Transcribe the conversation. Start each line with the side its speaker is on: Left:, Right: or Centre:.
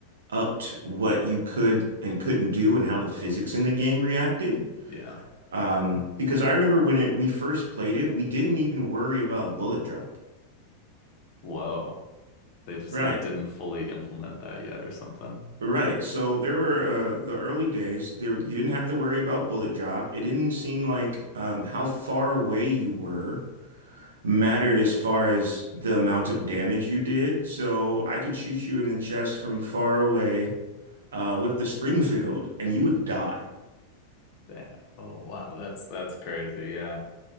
Right: upped what you could and couldn't do and how the physics in the game reacted.
Left: Yeah.
Right: Um, because I remember when it, we first played it, we didn't even worry about bullet drop.
Left: Whoa. they just
Right: Right.
Left: like didn't fully implement that yet or something.
Right: Right. So there were uh, the early days there you didn't have to worry about bullet drop. It didn't seem like um, how far away you were mattered as far as the amount of damage you did. So I could shoot you in the chest from far away uh, with the Springfield and you would die.
Left: Damn. Oh wow, that's that's crazy. Yeah.